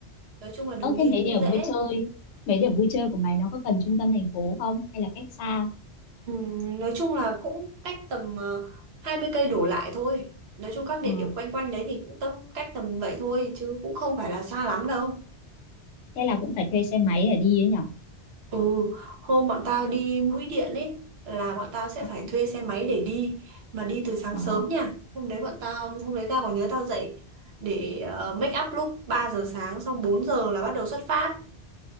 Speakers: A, on the right; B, on the left.
A: Nói chung là đường
B: ờ
A: đi
B: thế mấy
A: cũng
B: điểm
A: dễ.
B: vui chơi, mấy điểm vui chơi của mày nó có gần trung tâm thành phố không? Hay là cách xa?
A: Ừm, nói chung là cũng cách tầm ờ, 20 cây đổ lại thôi. Nói chung các địa
B: Ờ
A: điểm quanh quanh đấy thì cũng tầm cách tầm vậy thôi chứ cũng không phải là xa lắm đâu.
B: thế là cũng phải thuê xe máy để đi ấy nhỉ?
A: Ừ, hôm bọn tao đi Mũi Điện ấy là bọn tao sẽ
B: ờ
A: phải thuê xe máy để đi mà đi từ sáng
B: ờ
A: sớm nha. Hôm đấy bọn tao hôm đấy tao còn nhớ tao dậy để ờ, make up lúc ba giờ sáng xong 4 giờ là bắt đầu xuất phát.